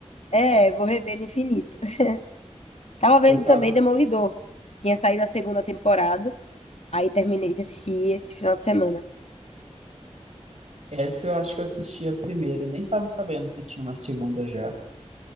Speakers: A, on the left; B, on the right.
A: é, vou revendo infinito. <laughs> Tava vendo
B: Eu tava.
A: também Demolidor. Tinha saído a segunda temporada, aí terminei de assistir esse final de semana.
B: Essa eu acho que eu assisti a primeira, nem tava sabendo que tinha uma segunda já.